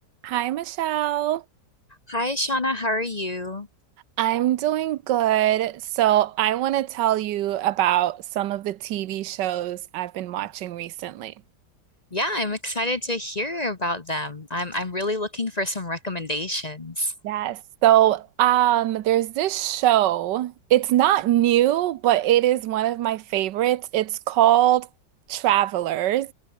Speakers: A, on the right; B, on the left.
A: Hi, Michelle.
B: Hi, Shauna. How are you?
A: I'm doing good. So, I want to tell you about some of the TV shows I've been watching recently.
B: Yeah, I'm excited to hear about them. I'm I'm really looking for some recommendations.
A: Yes. So, um, there's this show. It's not new, but it is one of my favorites. It's called Travelers,